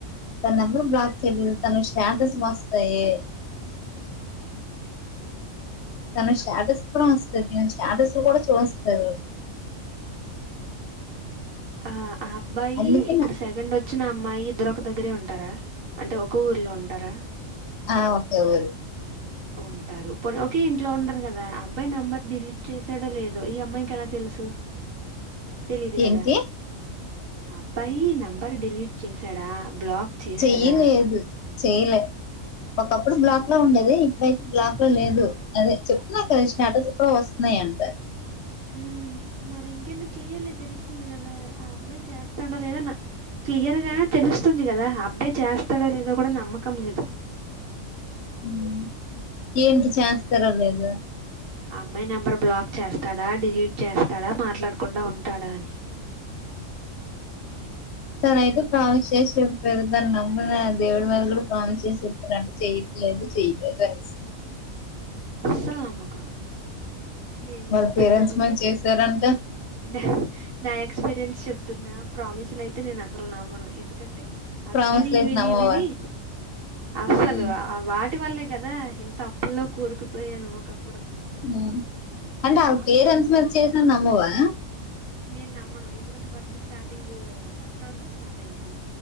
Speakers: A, on the left; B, on the right.
A: తన నెంబర్ బ్లాక్ చేయలేదు తన స్టాటస్ వస్తాయే
B: ఉ
A: తన స్టాటస్ కూడా వస్తది ఆ స్టాటస్ కూడా చూస్తారు
B: ఆ ఆ అబ్బాయి
A: అందుకే
B: ఇప్పుడు
A: నా
B: సెకండ్ వచ్చ వచ్చిన అమ్మాయి ఇద్దరొక దగ్గరే ఉంటారా అంటే ఒక ఊర్లో ఉంటారా
A: ఆ ఓకే ఊరు
B: ఉంటారు పోన్ ఒకే ఇంట్లో ఉండరు కదా అబ్బాయి నెంబర్ డిలీట్ చేసాడో లేదో ఈ అమ్మాయికి ఎలా తెలుసు తెలిదు కదా
A: ఏంటి
B: ఆ అబ్బాయి నంబర్ డిలీట్ చేశాడా బ్లాక్ చేశాడా
A: చెయ్యలేదు చెయలే ఒకప్పుడు బ్లాక్
B: ఉమ్
A: లో ఉండేది ఇప్పుడైతే బ్లాక్ పో లేదు అదే చెప్తున్నా కద స్టేటస్ కూడా వస్తున్నాయని
B: ఉ మరి ఇంకేంటి క్లియర్లీ తెలుస్తుంది కదా ఆ అబ్బాయి చేస్తాడా లేదన్న క్లియర్ గా తెలుస్తుంది కదా అబ్బాయి చేస్తాడో లేదో కూడా నమ్మకం లేదు
A: మ్ ఏంటి చేస్తారో లేదు
B: ఆ అమ్మాయి నెంబర్ బ్లాక్ చేస్తాడా డిలీట్ చేస్తాడా మాట్లాడకుండా ఉంటాడా అని
A: తన అయితే ప్రామిస్ చేసి వేల్పోయాడు దాన్ని నమ్ ద దేవుడు మీద కూడా ప్రామిస్ చేసి చెప్పాడంట చేయిట్లేదు చేయలేదు అనేసి
B: అస్సలు నమ్మకూడదు నేను
A: వాళ్ళ
B: చెప్తున్నాను
A: పేరెంట్స్ మల్ చేసారంట
B: నా నా ఎక్స్పీరియన్స్ చెప్తున్నా ప్రామిస్ లయితే నేను అసలు నమ్మను ఎందుకంటే అవి
A: ప్రామిస్
B: విని
A: లేదు
B: విని
A: నమ్మవా
B: విని అసలు
A: ఉమ్
B: ఆ వాటి ఇటి వళ్ళే కదా ఇంత అప్పుల్లో కూరుకుపోయాను ఒకప్పుడు
A: మ్ అంటే
B: ప్రామిస్
A: ఆళ పేరెంట్స్
B: నిజంగా
A: మీద చేసిన నమ్మవా
B: నేను నమ్మను ఎందుకంటే ఫస్ట్ స్టార్టింగ్ అక్కడ నుంచి స్టార్ట్ అయింది